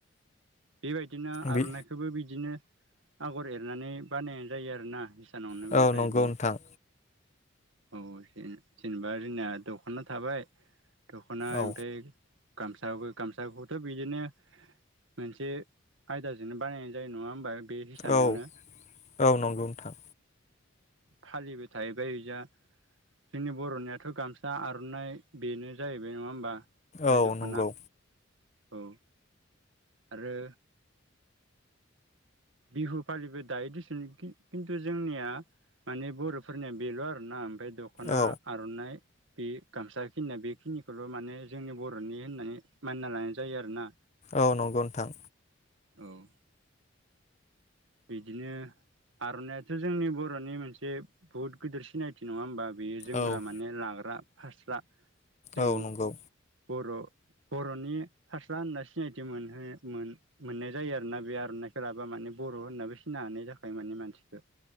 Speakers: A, on the right (about 75°); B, on the left (about 35°).
A: बेबायदिनो
B: बि
A: आर'नाइखोबो बिदिनो आगर एरनानै बानायनाय जायो आरोना नावनो
B: औ
A: बेबायदिनो
B: नंगौ नोंथां
A: औ जे- जेनेबा जोंना दखाना थाबाय। दख'ना
B: औ
A: ओमफाय गामसाबो गाम खौथ' बिदिनो मोनसे आयदाजोंनो बानायनाय जायो नङा होमबा बे हिसानजोंनो
B: औ औ नंगौ नोंथां
A: फालिबो थाहैबाय जा जोंनि बर'नियाथ' गामसा आर'नाइ बेनो जाहैबाय नङा होमबा? बे
B: औ
A: दखना
B: नंगौ
A: औ आरो बिहु फालिबो दायो दिस खिन्थु जोंनिया माने बर'फोरनिया बेल' आरोना ओमफ्राय दख'ना
B: औ
A: आर'नाइ बे गामसा खिनिया बेखिनिखौल' माने जोंनि बर'नि होननानै मानिना लानाय जायो आरोना
B: औ नंगौ नोंथां।
A: औ बिदिनो आर'नायाथ' जोंनि बर'नि मोनसे बुहुत गिदिर सिनायथि नङा होमबा। बियो जोमग्रा
B: औ
A: माने लाग्रा। फास्रा जोंनि
B: औ नंगौ।
A: बर' बर'नि फास्रा होनना सिनायथि मोनहो मोन मोन्नाय बर बर' बर'नि फारास्रा होनना मोननाय जायो आरोना बे आर'नाइफोराबा माने बर' होननाबो सिनाय हानाय जाखायो मानसिखो मानसिखौ